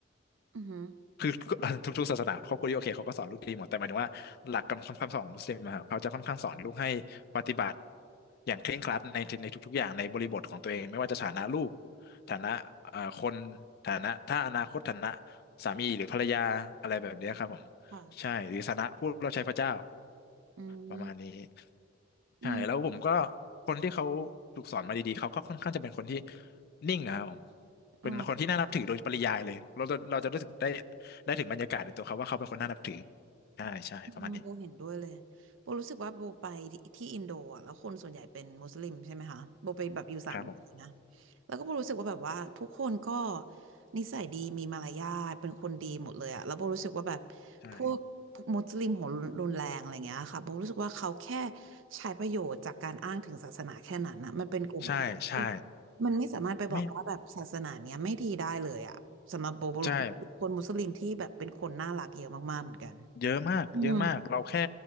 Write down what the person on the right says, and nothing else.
อืม
ค่ะ
อืม
อืม
อ๋อ
อืมโบเห็นด้วยเลยโบรู้สึกว่าโบไปที่อินโดอ่ะแล้วคนส่วนใหญ่เป็นมุสลิมใช่ไหมคะโบไปแบบอยู่สามเดือนนะ
แล้วก็โบรู้สึกว่าแบบว่าทุกคนก็นิสัยดีมีมารยาทเป็นคนดีหมดเลยอ่ะแล้วโบรู้สึกว่าแบบ
พวกมุสลิมหัวรุนแรงอะไรเงี้ยค่ะโบรู้สึกว่าเขาแค่ใช้ประโยชน์จากการอ้างถึงศาสนาแค่นั้นนะมันเป็นกลุ่มคนที่
มันไม่สามารถไปบอกว่าแบบศาสนาเนี้ยไม่ดีได้เลยอ่ะสำหรับโบโบ
คนมุสลิมที่แบบเป็นคนน่ารักเยอะมากๆเหมือนกัน
อืม